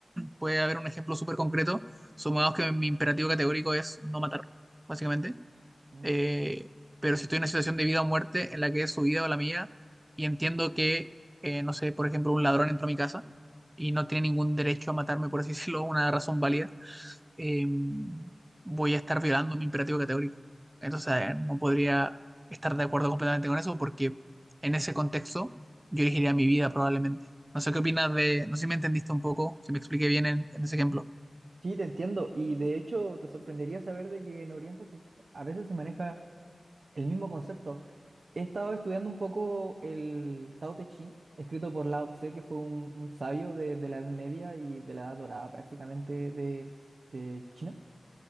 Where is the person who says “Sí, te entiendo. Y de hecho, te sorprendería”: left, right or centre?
Right